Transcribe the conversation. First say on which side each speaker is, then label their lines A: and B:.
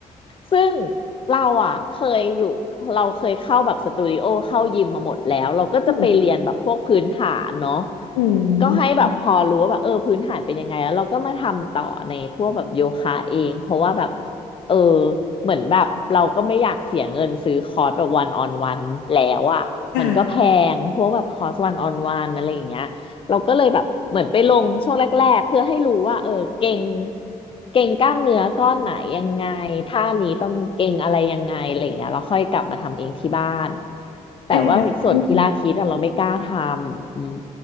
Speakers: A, on the left; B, on the left.
A: ซึ่งเราอ่ะเคยอยู่เราเคยเข้าแบบสตูดิโอเข้ายิมมาหมดแล้วเราก็จะไปเรียนแบบพวกพื้นฐานเนาะ
B: ืมอื
A: ก็ให้แบบพอรู้ว่าแบบเออพื้นฐานเป็นยังไงแล้วเราก็มาทำต่อในพวกแบบโยคะเองเพราะว่าแบบ
B: ม
A: เออเหมือนแบบเราก็ไม่อยากเสียเงินซื้อคอร์สแบบวันออนวันแล้วอ่ะมันก็แพงพวกแบบคอร์สวันออนวันอะไรอย่างเงี้ย
B: อ่า
A: เราก็เลยแบบเหมือนไปลงช่วงแรกๆเพื่อให้รู้ว่าเออเก่งเก่งกล้ามเนื้อก้อนไหนยังไงท่านี้ต้องเก่งอะไรยังไงอะไรอย่างเงี้ยเราค่อยกลับมาทำเองที่บ้านแต่ว่าส่วนพิลาทิสอะเราไม่กล้าทำอืม
B: อันเนี้ยอืม